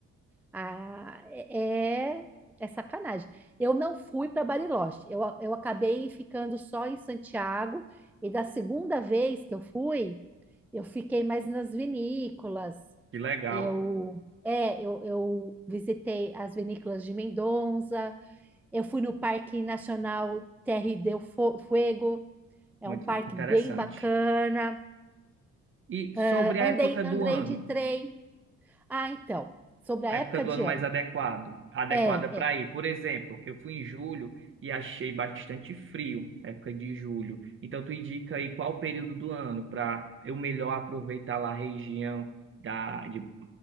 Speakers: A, in the centre; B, on the right.
A: ah, é, é sacanagem. Eu não fui para Bariloche. Eu, eu acabei ficando só em Santiago. E da segunda vez que eu fui, eu fiquei mais nas vinícolas.
B: Que legal,
A: Eu, é, eu, eu visitei as vinícolas de Mendonça. Eu fui no Parque Nacional Terre del Fo- Fuego. É
B: muito
A: um parque
B: interessante.
A: bem bacana.
B: E
A: Ah,
B: sobre
A: andei,
B: a época
A: andei
B: do ano?
A: de trem. Ah, então, sobre a
B: a
A: época
B: época do
A: de
B: ano
A: ano.
B: mais adequado, adequada
A: É,
B: para
A: é.
B: ir. Por exemplo, eu fui em julho e achei bastante frio, época de julho. Então, tu indica aí qual o período do ano para eu melhor aproveitar lá a região da, de